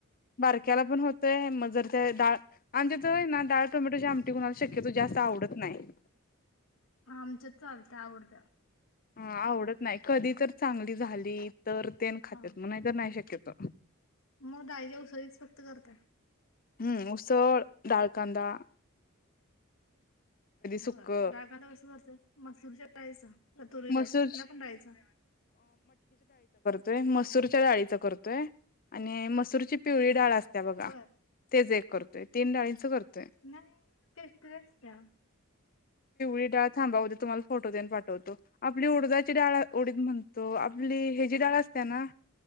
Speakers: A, on the left (about 40°); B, on the left (about 65°).
A: बारक्याला पण होतय मग जर त्या डाळ. आमच्याथ नाडाळ टोमॅटोच्या आमटी कोणाला शक्यतो जास्त आवडत नाही.
B: आमच्यात चालत्या आवडत्या.
A: हा आवडत नाही कधी तर चांगली झाली तर ते खातेत
B: हा
A: म नाही तरर नाही शक्यत
B: मग डाळीच्या उसळीच फक्त करताय.
A: हम्म, उसळ डाळकदा. सुक
B: बर डाळ कांदा <unintelligible> मूरच्या खायचं तुर
A: मसूर
B: कुठल्या पण डाळीचं.
A: तोय मसूरच्या डाळीच करतोय. आणि मसूरची पिवळी डाळ असत बघा.
B: बर
A: तेच एक करतोय तीन डळीं करतोय.
B: नाही टेस्टी असत्या.
A: <unintelligible> थांबा तुम्हाला फोटो मेन पाठवतो. आपली उडदाची डाळ ओडीद म्हणतो आपली ह जी डाळ असते ना?